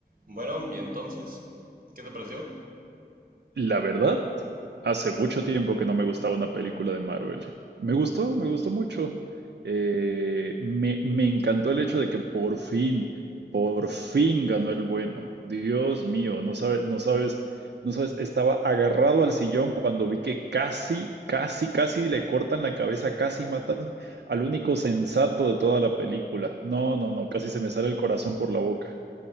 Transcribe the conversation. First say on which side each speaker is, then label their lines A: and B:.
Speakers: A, on the right (about 50°); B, on the right (about 75°).
A: Bueno, y entonces, ¿qué te pareció?
B: La verdad, hace mucho tiempo que no me gustaba una película de Marvel. Me gustó, me gustó mucho. Eh, me, me encantó el hecho de que por fin, por fin ganó el bueno. Dios mío, no sabes, no sabes, no sabes, estaba agarrado al sillón cuando vi que casi, casi, casi le cortan la cabeza, casi matan al único sensato de toda la película. No, no, no, casi se me sale el corazón por la boca.